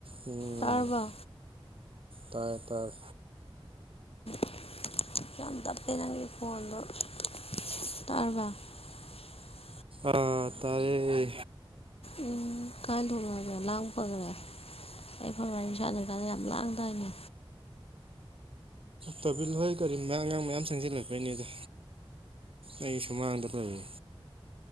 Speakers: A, on the right; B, on the left.
A: ꯎꯝ
B: ꯇꯥꯔꯕ
A: ꯇꯥꯏ ꯇꯔ
B: ꯇꯄꯦ ꯅꯪ ꯀꯄꯅꯣ ꯇꯔꯔꯕ
A: ꯑ ꯇꯔꯌꯦ
B: ꯎꯝ ꯀꯥꯏꯅ ꯊꯦ ꯂꯥꯡ ꯐꯗꯔꯦ ꯑꯩ ꯐꯪꯅꯤ ꯁꯥꯟꯅ ꯀꯅ ꯌꯥꯝ ꯂꯥꯡꯗꯥꯏꯅꯦ
A: ꯇꯥꯕꯤꯜ ꯍꯣꯏ ꯀꯔꯤ ꯃꯔ ꯑꯉꯥꯡ ꯃꯌꯥꯝ ꯆꯪꯁꯤꯜꯂꯛꯄꯩꯅꯦꯗ ꯑꯩ ꯁꯨꯃꯥꯡꯗ ꯂꯩꯦ